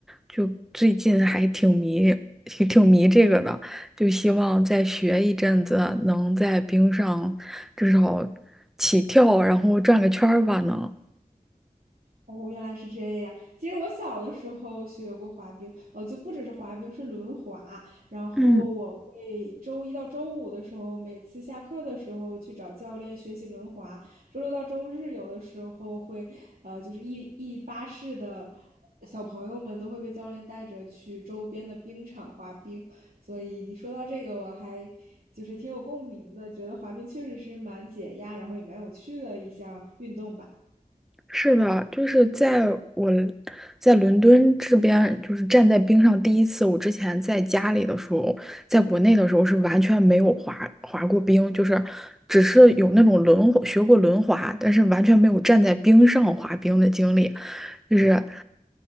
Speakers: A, in the centre; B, on the right.
A: 就最近还挺迷，挺挺迷这个的，就希望再学一阵子，能在冰上至少起跳，然后转个圈儿吧，能。
B: 哦，原来是这样。其实我小的时候学过滑冰，哦，就不只是滑冰，是轮滑。然后我会周一到周五的时候，
A: 嗯。
B: 每次下课的时候去找教练学习轮滑。周六到周日有的时候会，呃，就是一一巴士的小朋友们都会被教练带着去周边的冰场滑冰。所以你说到这个，我还就是挺有共鸣的，觉得滑冰确实是蛮解压，然后也蛮有趣的一项运动吧。
A: 是的，就是在我在伦敦这边，就是站在冰上第一次。我之前在家里的时候，在国内的时候是完全没有滑滑过冰，就是只是有那种轮滑学过轮滑，但是完全没有站在冰上滑冰的经历。就是